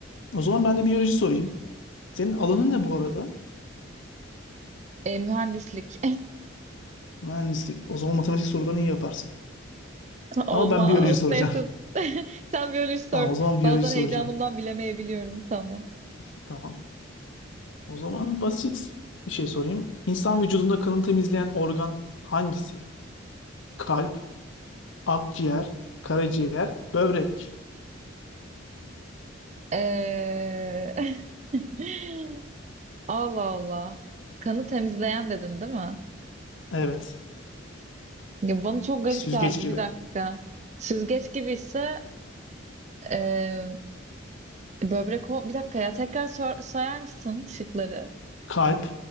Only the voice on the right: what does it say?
E, mühendislik.
<laughs> Olmaz.
Neyse. <laughs> Sen biyoloji
sor.
Bazen
heyecanımdan bilemeyebiliyorum. Tamam.
Ee... <laughs> Allah Allah. Kanı temizleyen dedin değil mi?
Ya bana çok garip
geldi.
Bir dakika. Süzgeç gibi ise e, böbrek ol- Bir dakika ya. Tekrar sor- sayar mısın şıkları?